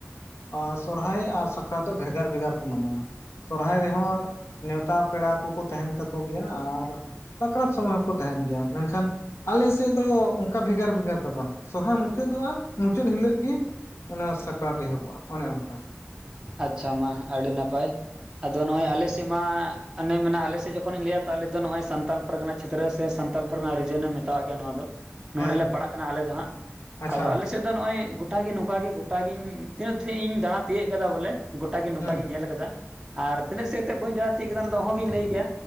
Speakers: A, on the left; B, on the right.
A: ᱟᱨ ᱥᱚᱨᱦᱟᱭ ᱟᱨ ᱥᱟᱠᱨᱟᱛ ᱵᱷᱮᱜᱟᱨ ᱵᱷᱮᱜᱟᱨ ᱠᱚ ᱢᱟᱱᱟᱣᱟ ᱾ ᱥᱚᱨᱦᱟᱭ ᱨᱮᱦᱚᱸ ᱱᱮᱣᱛᱟ ᱯᱮᱲᱟ ᱠᱚᱠᱚ, ᱛᱟᱦᱮᱸᱱ ᱛᱟᱠᱚ ᱜᱮᱭᱟ ᱟᱨ ᱥᱟᱠᱨᱟᱛ ᱥᱚᱢᱚᱭ ᱦᱚᱸ᱾ ᱠᱚ ᱛᱟᱦᱮᱱ ᱜᱮᱭᱟ, ᱢᱮᱱᱠᱷᱟᱱ ᱟᱞᱮ ᱥᱮᱫ ᱫᱚ ᱚᱱᱠᱟ ᱵᱷᱮᱜᱟᱨ ᱵᱷᱮᱜᱟᱨ ᱫᱚ ᱵᱟᱝ, ᱥᱚᱨᱦᱟᱭ ᱢᱩᱪᱟᱹᱫᱚᱜᱼᱟ ᱢᱩᱪᱟᱹᱫ ᱦᱤᱞᱳᱜ ᱜᱮ᱾ ᱚᱱᱟ ᱥᱟᱠᱨᱟᱛ ᱮᱦᱚᱵᱚᱜᱼᱟ ᱚᱱᱮ ᱚᱱᱠᱟ ᱾
B: ᱟᱪᱪᱷᱟ ᱢᱟ ᱟᱹᱰᱤ ᱱᱟᱯᱟᱭ ᱟᱫᱚ ᱱᱚᱜᱼᱚᱭ ᱟᱞᱮ ᱥᱮᱫ ᱢᱟ ᱚᱱᱮ ᱢᱮᱱᱟᱜ ᱟᱞᱮ ᱥᱮᱫ ᱡᱚᱠᱷᱚᱱᱤᱧ ᱞᱟᱹᱭᱟ ᱛᱚ ᱟᱞᱮ ᱫᱚ ᱱᱚᱜᱼᱚᱭ ᱥᱟᱱᱛᱟᱞ ᱯᱟᱨᱜᱟᱱᱟ ᱪᱷᱮᱛᱨᱟᱹ ᱥᱮ ᱥᱟᱱᱛᱟᱞ ᱯᱟᱨᱜᱟᱱᱟ ᱨᱤᱡᱮᱱ ᱮᱢ ᱢᱮᱛᱟᱣᱟᱜ ᱜᱮᱭᱟ ᱱᱚᱣᱟ ᱫᱚ ᱱᱚᱸᱰᱮᱞᱮ
A: ᱦᱮᱸ ᱦᱮᱸ
B: ᱯᱟᱲᱟᱜ ᱠᱟᱱᱟ ᱟᱞᱮ ᱫᱚ ᱦᱟᱸᱜ
A: ᱟᱪᱪᱷᱟ
B: ᱟᱫᱚ ᱟᱞᱮ ᱥᱮᱫ ᱫᱚ ᱱᱚᱜ ᱚᱭ ᱜᱚᱴᱟ ᱜᱮ ᱱᱚᱝᱠᱟ ᱜᱮ ᱜᱚᱴᱟ ᱜᱤᱧ ᱛᱤᱱᱟᱹᱜ ᱴᱷᱤᱡ ᱤᱧ ᱫᱟᱬᱟ ᱛᱤᱭᱟᱹᱜ ᱠᱟᱫᱟ ᱵᱚᱞᱮ ᱜᱚᱴᱟ ᱜᱮ ᱱᱚᱝᱠᱟ
A: ᱦᱩᱸ
B: ᱜᱤᱧ ᱧᱮᱞ ᱠᱟᱫᱟ ᱟᱨ ᱛᱤᱱᱟᱹᱜ ᱥᱮᱫ ᱛᱮ ᱵᱟᱹᱧ ᱫᱟᱬᱟ ᱛᱤᱭᱩᱜ ᱠᱟᱫᱟ ᱚᱱᱟ ᱫᱚ ᱚᱦᱚ ᱜᱤᱧ ᱞᱟᱹᱭ ᱠᱮᱭᱟ᱾